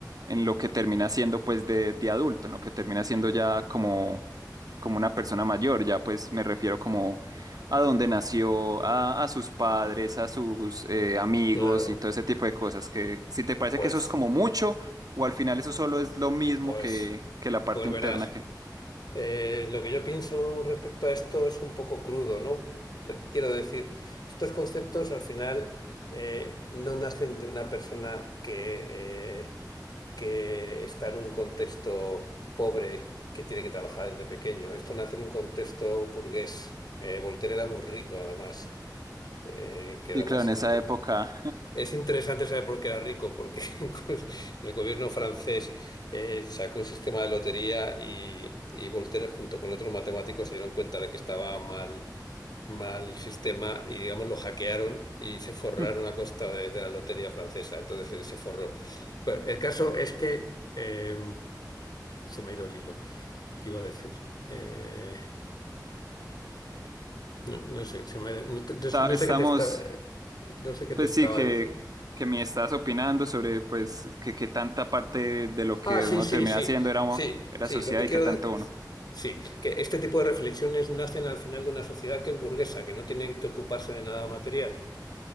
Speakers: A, on the right; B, on the left.
A: en lo que termina siendo pues de, de adulto, en lo que termina siendo ya como, como una persona mayor? Ya pues me refiero como a dónde nació, a, a sus padres, a sus eh, amigos
B: Claro,
A: y todo ese tipo de cosas. Que si te parece
B: pues,
A: que eso es como mucho, o al final eso solo es lo mismo
B: pues,
A: que, que la parte
B: pues
A: interna
B: verás.
A: que.
B: Eh, lo que yo pienso respecto a esto es un poco crudo, ¿no? Le- Quiero decir, estos conceptos al final eh, no nacen de una persona que, eh, que está en un contexto pobre que tiene que trabajar desde pequeño. Esto nace en un contexto burgués. Eh, Voltaire era muy rico, además, eh, que
A: Y
B: además
A: claro, en
B: es-
A: esa época
B: es interesante saber por qué era rico, porque <laughs> el gobierno francés eh, sacó un sistema de lotería y, y Voltaire junto con otros matemáticos se dieron cuenta de que estaba mal, mal el sistema y digamos lo hackearon y se forraron
A: <laughs>
B: a costa de, de la lotería francesa. Entonces eh, se forró. Bueno, el caso es que eh, se me ha ido el hilo. ¿Qué iba a decir? Eh, no, no sé, se me ha ido- no, te-
A: ta-
B: no
A: estamos,
B: sé qué te estaba, eh, no sé qué
A: pues
B: te estaba
A: sí, que,
B: diciendo.
A: que me estás opinando sobre pues que, que tanta parte de lo que
B: Ah, sí,
A: uno
B: sí,
A: termina
B: sí,
A: haciendo era,
B: sí,
A: era
B: sí,
A: sociedad
B: lo que
A: y
B: quiero...
A: que tanto
B: de-
A: uno.
B: Sí, que este tipo de reflexiones nacen al final de una sociedad que es burguesa, que no tiene que ocuparse de nada material.